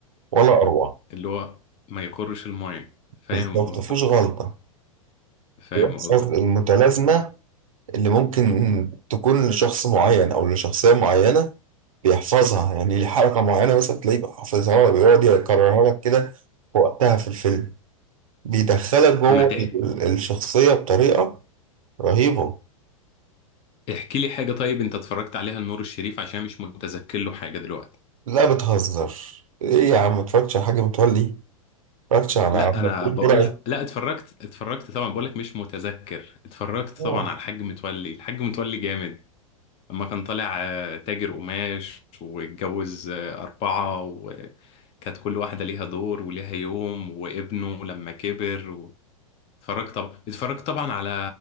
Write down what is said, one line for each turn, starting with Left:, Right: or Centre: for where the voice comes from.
Right: ولا اروع
Left: اللي هو ما يقرش المايه فاهم
Right: بالظبط
Left: قصدك
Right: مفيهوش غلطه
Left: فاهم
Right: بيحفظ
Left: قصدك
Right: المتلازمه اللي ممكن تكون لشخص معين او لشخصيه معينه بيحفظها يعني ليه حركة معينة مثلا تلاقيه بقى حافظها بيقعد يكررها لك كده في وقتها في الفيلم بيدخلك جوه
Left: ما تحكي
Right: ال- الشخصية بطريقة رهيبة
Left: احكي لي حاجه طيب انت اتفرجت عليها لنور الشريف عشان مش متذكر له حاجه دلوقتي
Right: لا بتهزر ايه يا عم متفرجتش على حاجة متولي متفرجتش على
Left: لا
Right: مغفور
Left: انا بقول
Right: البرعي
Left: لك لا اتفرجت اتفرجت طبعا بقول لك مش متذكر اتفرجت طبعا
Right: آه،
Left: على الحاج متولي الحاج متولي جامد لما كان طالع آه، تاجر قماش واتجوز آه، أربعة وكانت كل واحدة ليها دور وليها يوم وابنه لما كبر و... اتفرجت طبعا اتفرجت طبعا على